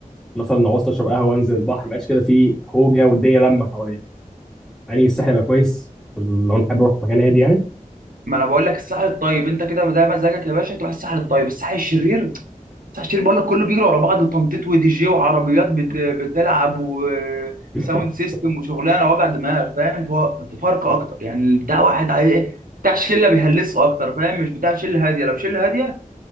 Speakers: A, in the centre; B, on the right (about 85°).
A: مثلا لو عاوز اشرب قهوه انزل البحر ما يبقاش كده في هوجه والدنيا لمه حواليا يعني الساحل يبقى كويس لو انا حابب اروح مكان هادي يعني
B: ما انا بقول لك الساحل الطيب انت كده ده مزاجك يا باشا تروح الساحل الطيب الساحل الشرير تحشير بقول لك كله بيجري ورا بعض تنطيط ودي جي وعربيات بت... بتلعب
A: <laughs>
B: وساوند سيستم وشغلانه وجع دماغ فاهم تو- تفارقه اكتر يعني بتاع واحد عاي... إيه؟ بتاع شله بيهلسوا اكتر فاهم مش بتاع شله هاديه لو شله هاديه